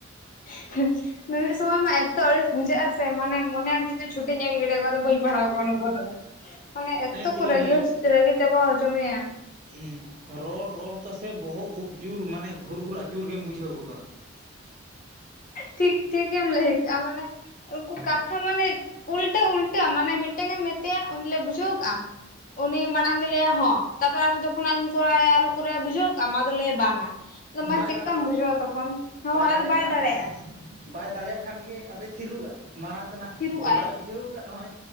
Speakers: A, on the left; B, on the right.
A: <unintelligible> ᱢᱤᱢᱤᱫ ᱥᱚᱢᱚᱭ ᱢᱟ ᱮᱛᱚ ᱟᱹᱲᱤᱥ ᱵᱩᱡᱷᱟᱹᱜᱼᱟ ᱥᱮ ᱢᱟᱱᱮ ᱢᱚᱱᱮᱭᱟᱢ ᱪᱮᱫ ᱪᱷᱩᱴᱤᱧ ᱮᱢ ᱜᱤᱰᱤᱭᱟ ᱠᱚᱣᱟ ᱟᱫᱚ ᱵᱟᱹᱧ ᱯᱟᱲᱦᱟᱣ ᱠᱚᱣᱟ ᱱᱩᱠᱩ ᱫᱚ᱾ ᱢᱟᱱᱮ ᱮᱛᱚ
B: ᱪᱮᱫ
A: ᱠᱚ
B: ᱤᱧ
A: ᱨᱟᱜᱤ ᱪᱟᱵᱟ ᱦᱚᱪᱚ ᱢᱮᱭᱟ᱾
B: ᱩᱸ ᱨᱚᱲ ᱨᱚᱲ ᱛᱮᱥᱮ ᱵᱚᱦᱚᱜ ᱠᱷᱩᱵ ᱡᱳᱨ ᱢᱟᱱᱮ ᱜᱷᱩᱨ ᱜᱷᱩᱨ ᱟ ᱪᱩᱨ ᱜᱮᱢ ᱵᱩᱡᱷᱟᱹᱣ ᱜᱚᱫᱟ᱾
A: ᱴᱷᱤᱠ ᱴᱷᱤᱠᱮᱢ ᱞᱟᱹᱭ ᱢᱟᱱᱮ ᱩᱱᱠᱩ ᱠᱟᱛᱷᱟ ᱢᱟᱱᱮ ᱩᱞᱴᱟ ᱩᱞᱴᱟ ᱢᱟᱱᱮ ᱢᱤᱫ ᱢᱤᱫᱴᱟᱝ ᱮᱢ ᱢᱮᱛᱟᱭᱟ ᱩᱱᱤ ᱞᱮᱭᱟ ᱵᱩᱡᱷᱟᱹᱣ ᱠᱟᱜᱼᱟᱢ? ᱩᱱᱤ ᱢᱟᱲᱟᱝ ᱫᱚᱭ ᱞᱟᱹᱭᱟ ᱦᱚᱸ, ᱛᱟᱨᱯᱚᱨ ᱡᱚᱠᱷᱚᱱᱟᱜ ᱢᱮᱛᱟᱭᱟ ᱟᱨᱦᱚᱸ ᱠᱚᱨᱟᱣ ᱵᱩᱡᱷᱟᱹᱣ ᱠᱟᱜᱼᱟ ᱟᱫᱚ ᱞᱟᱹᱭ ᱵᱟᱝ-ᱟ᱾ ᱢᱟ
B: ᱵᱟᱭ
A: ᱪᱮᱫᱠᱟᱢ
B: ᱫᱟᱲᱮᱭᱟᱜᱼᱟᱭ
A: ᱵᱩᱡᱷᱟᱹᱣ-ᱟ ᱛᱚᱠᱷᱚᱱ, ᱦᱚᱸ ᱟᱨ
B: ᱫᱟᱲᱮᱭᱟᱜ
A: ᱵᱟᱭ
B: ᱠᱷᱟᱱ
A: ᱫᱟᱲᱮᱭᱟᱜᱼᱟ᱾
B: ᱜᱮ ᱵᱟᱭ ᱫᱟᱲᱮᱭᱟᱜ ᱠᱷᱟᱱ ᱜᱮ ᱟᱫᱚᱭ ᱛᱷᱤᱨᱚᱜ ᱟᱭ ᱢᱟᱲᱟᱝ ᱫᱚ ᱦᱟᱜ
A: ᱛᱷᱤᱨᱚᱜ ᱟᱭ
B: ᱵᱟᱭ ᱵᱩᱡᱷᱟᱹᱣ ᱟᱠᱟᱫ ᱨᱮᱦᱚᱸᱭ